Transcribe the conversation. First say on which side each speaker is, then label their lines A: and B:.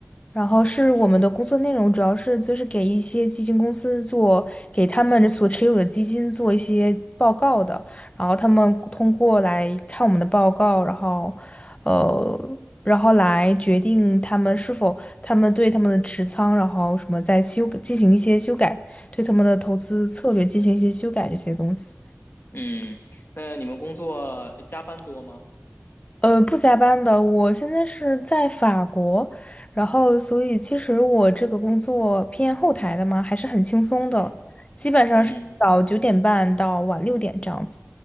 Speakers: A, on the left; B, on the left.
A: 然后是我们的工作内容主要是就是给一些基金公司做，给他们所持有的基金做一些报告的，然后他们通过来看我们的报告，然后，呃，然后来决定他们是否他们对他们的持仓，然后什么再修进行一些修改，对他们的投资策略进行一些修改这些东西。
B: 嗯，那你们工作加班多吗？
A: 呃，不加班的，我现在是在法国，然后所以其实我这个工作偏后台的嘛，还是很轻松的，
B: 嗯
A: 基本上是早九点半到晚六点这样子。
B: 嗯，